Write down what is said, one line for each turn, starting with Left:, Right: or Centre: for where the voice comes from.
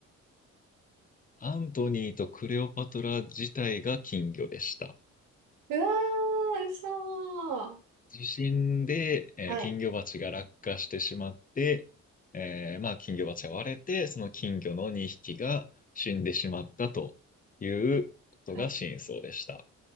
Left: アントニーとクレオパトラ自体が金魚でした。
Right: うわー、嘘ー。
Left: 地震で、えー金魚鉢が落下してしまって、
Right: はい。
Left: えーまあ、金魚鉢が割れて、その金魚の2匹が死んでしまったということが真相でした。
Right: はい